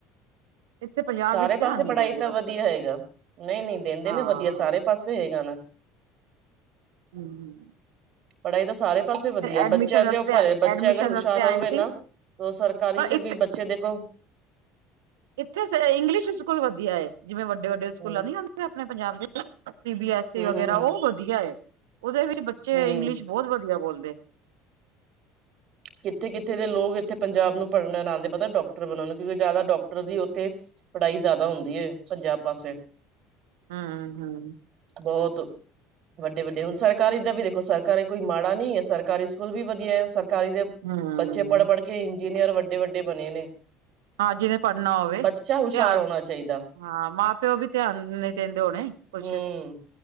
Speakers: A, on the right (about 80°); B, on the right (about 55°).
A: ਇੱਥੇ ਪੰਜਾਬ
B: ਸਾਰੇ
A: ਵਿੱਚ
B: ਪਾਸੇ
A: ਧਿਆਨ ਨੀ
B: ਪੜ੍ਹਾਈ
A: ਦਿੰਦੇ
B: ਤਾਂ
A: ਬੱਚਿਆਂ
B: ਵਧੀਆ
A: ਨੂੰ
B: ਹੈਗਾ ਨਹੀਂ ਨਹੀਂ ਦਿੰਦੇ
A: ਹਾਂ
B: ਨੇ ਵਧੀਆ ਸਾਰੇ ਪਾਸੇ ਹੈਗਾ ਨਾ
A: ਹਮ ਹਮ
B: ਪੜ੍ਹਾਈ ਤਾਂ ਸਾਰੇ ਪਾਸੇ ਵਧੀਆ
A: ਐਡਮਿਸ਼ਨ
B: ਬੱਚਿਆਂ
A: ਵਾਸਤੇ
B: ਦੇ ਉੱਪਰ ਹੈ ਬੱਚੇ
A: ਐਡਮਿਸ਼ਨ
B: ਅਗਰ ਹੁਸ਼ਿਆਰ
A: ਵਾਸਤੇ
B: ਹੋਵੇ
A: ਆਏ ਸੀ
B: ਨਾ ਉਹ ਸਰਕਾਰੀ
A: ਪਰ
B: ਚ
A: ਇੱਥੇ
B: ਵੀ ਬੱਚੇ ਦੇਖੋ
A: ਇੱਥੇ ਸ ਇੰਗਲਿਸ਼ ਸਕੂਲ ਵਧੀਆ ਹੈ ਜਿਵੇਂ ਵੱਡੇ ਵੱਡੇ ਸਕੂਲਾਂ
B: ਹੂੰ
A: ਨੀ <unintelligible> ਆਪਣੇ ਪੰਜਾਬ ਦੇ ਸੀ ਬੀ ਐਸ
B: ਹੂੰ
A: ਈ ਵਗੈਰਾ
B: ਹੂੰ
A: ਉਹ ਵਧੀਆ ਏ ਉਹਦੇ ਵਿੱਚ ਬੱਚੇ
B: ਹੂੰ
A: ਇੰਗਲਿਸ਼ ਬਹੁਤ ਵਧੀਆ ਬੋਲਦੇ
B: ਕਿੱਥੇ ਕਿੱਥੇ ਦੇ ਲੋਕ ਇੱਥੇ ਪੰਜਾਬ ਨੂੰ ਪੜ੍ਹਨ ਆਉਂਦੇ ਪਤਾ ਡਾਕਟਰ ਬਣਾ ਨੂੰ ਕਿਉਂਕਿ ਜ਼ਿਆਦਾ ਡਾਕਟਰ ਦੀ ਉੱਥੇ ਪੜ੍ਹਾਈ ਜ਼ਿਆਦਾ ਹੁੰਦੀ ਏ ਪੰਜਾਬ ਪਾਸੇ
A: ਹਮ ਹਮ
B: ਬਹੁਤ ਵੱਡੇ ਵੱਡੇ ਹੁਣ ਸਰਕਾਰੀ ਦਾ ਵੀ ਦੇਖੋ ਸਰਕਾਰੀ ਕੋਈ ਮਾੜਾ ਨਹੀਂ ਹੈ ਸਰਕਾਰੀ ਸਕੂਲ ਵੀ ਵਧੀਆ ਹੈ ਸਰਕਾਰੀ ਦੇ
A: ਹੂੰ
B: ਬੱਚੇ ਪੜ੍ਹ ਪੜ੍ਹ ਕੇ ਇੰਜੀਨੀਅਰ ਵੱਡੇ ਵੱਡੇ ਬਣੇ ਨੇ
A: ਹਾਂ ਜਿਹਨੇ ਪੜ੍ਹਨਾ ਹੋਵੇ
B: ਬੱਚਾ ਹੁਸ਼ਿਆਰ
A: ਧਿਆ
B: ਹੋਣਾ ਚਾਹੀਦਾ
A: ਹਾਂ ਮਾਂ ਪਿਓ ਵੀ ਧਿਆਨ ਨਹੀਂ ਦਿੰਦੇ ਹੋਣੇ ਕੁੱਛ
B: ਹੂੰ